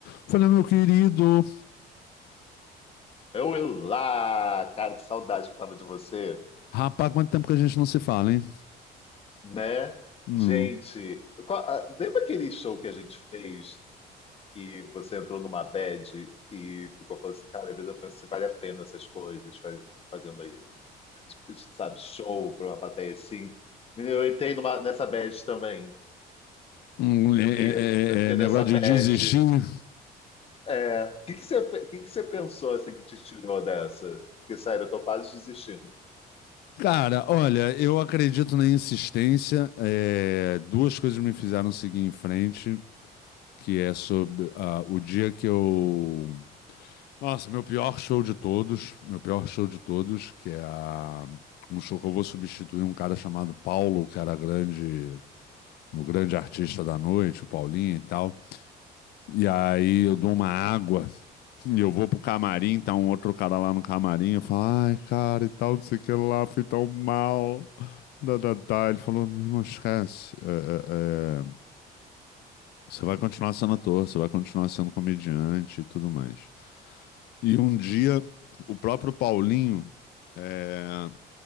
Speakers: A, on the left; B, on the left.
A: Falei, meu querido,
B: Olá, cara, que saudade que eu tava de você,
A: rapaz, quanto tempo que a gente não se fala, hein?
B: né?
A: Hum,
B: Gente, qual- ah, lembra aquele show que a gente fez que você entrou numa bad e ficou falando assim, cara, às vezes eu penso se vale a pena essas coisas, fa- fazendo aí, sabe, show pra uma plateia assim. Menino, eu entrei numa, nessa bad também,
A: hum,
B: sabia?
A: é- é- é-
B: Eu entrei
A: é é negócio
B: nessa bad.
A: de desistir.
B: É, o que que você, fe- que que você pensou assim que te tirou dessa? Porque, sério, eu tô quase desistindo.
A: Cara, olha, eu acredito na insistência. é, duas coisas me fizeram seguir em frente, que é sobre ah, o dia que eu... Nossa, meu pior show de todos, meu pior show de todos, que é a- um show que eu vou substituir um cara chamado Paulo, que era grande, um grande artista da noite, o Paulinho e tal. E aí eu dou uma água E eu vou pro camarim, tá um outro cara lá no camarim, eu falo, ai, cara, e tal, não sei o que lá, fui tão mal. Da, da, da. Ele falou, meu irmão, esquece. é, é, é, Você vai continuar sendo ator, você vai continuar sendo comediante e tudo mais. E um dia, o próprio Paulinho, é...